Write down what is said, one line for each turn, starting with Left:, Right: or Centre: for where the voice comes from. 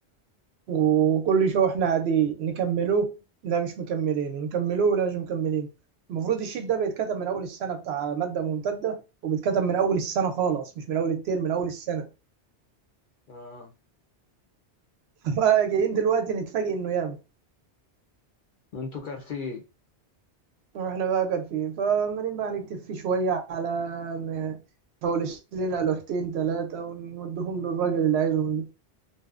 Right: وكل شو احنا قاعدين نكملوه لا مش مكملين ونكملوه لا مش مكملين المفروض الشيت ده بيتكتب من اول السنه بتاع ماده ممتده وبيتكتب من اول السنه خالص
Left: مم.
Right: مش من اول الترم من اول السنه
Left: اه
Right: <laughs> جايين دلوقتي نتفاجئ انه ياما
Left: انتوا كارفين
Right: واحنا بقى قارفين فعمالين بقى نكتب فيه شوية على م- نفولش لنا لوحتين تلاتة ونوديهم للراجل اللي عايزهم ده